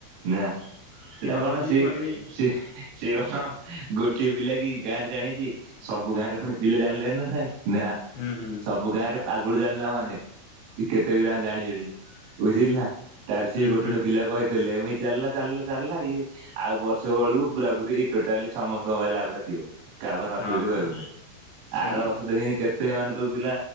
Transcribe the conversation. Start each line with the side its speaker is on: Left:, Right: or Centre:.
Right: ନା
Left: ସିଏ
Right: ଏଟା
Left: ହବନି
Right: କଣ ସିଏ
Left: ଯେ କହିବେ
Right: ସେଏ ସିଏ କଣ ଗୋଟିଏ ପିଲା କି ଗାଁ ରେ ଜାଣିଛି। ସବୁ ଗାଁ ରେ ପୁଣି ପିଲା ଜାଣିଲେ ନା ନାଇଁ ନା।
Left: ହୁଁ ହୁଁ
Right: ସବୁ ଗାଁ ରେ ପାଗୁଳି ଜାଣିଲା ମାନେ କେତେ ବିିଲା ଜାଣି ଜାଣି ବୁଝିଲି ନା। ତାର ସିଏ
Left: ହୁଁ
Right: ଗୋଟେ
Left: ହୁଁ
Right: ଗୋଟ ପିଲା କହିଦେଲେ ଏମିତି ଚାଲିଲା। ଚାଲିଲା ଚାଲିଲା ଇଏ ଆଉ ବର୍ଷ ବେଳକୁ ପୁରା ପୁରି ଟୋଟାଲି ସମସ୍ତଙ୍କ ପାଇଁ ଲାଭଟା ଥିବ କାବାର ନଥିବ
Left: ହଁ
Right: ବୋଲି
Left: ହଁ
Right: କହିବୁନି।
Left: ସେଇଆ।
Right: ଆର ବର୍ଷ ଦେଖିନି କେତେ ମାନେ ଦଉଥିଲା।